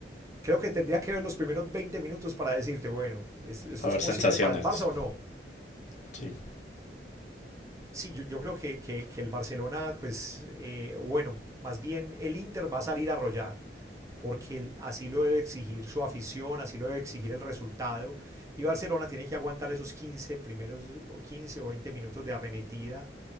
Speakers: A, on the right; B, on the left.
A: Creo que tendría que ver los primeros 20 minutos para decirte, bueno, ¿esto, esto
B: para
A: es
B: ver
A: posible
B: sensaciones.
A: para el Barça o no?
B: Sí,
A: Sí, yo, yo creo que, que, que el Barcelona, pues, eh, bueno, más bien el Inter va a salir a arrollar, porque así lo debe exigir su afición, así lo debe exigir el resultado, y Barcelona tiene que aguantar esos 15 primeros o 15 o 20 minutos de arremetida